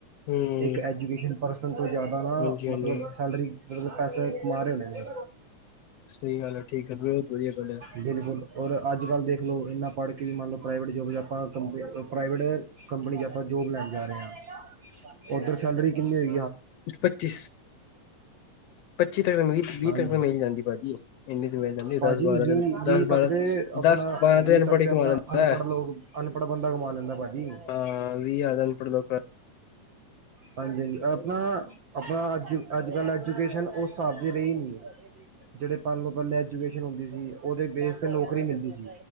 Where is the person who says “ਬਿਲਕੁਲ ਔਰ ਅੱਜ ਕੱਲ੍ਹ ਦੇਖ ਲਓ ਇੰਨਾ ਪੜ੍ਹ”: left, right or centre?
Right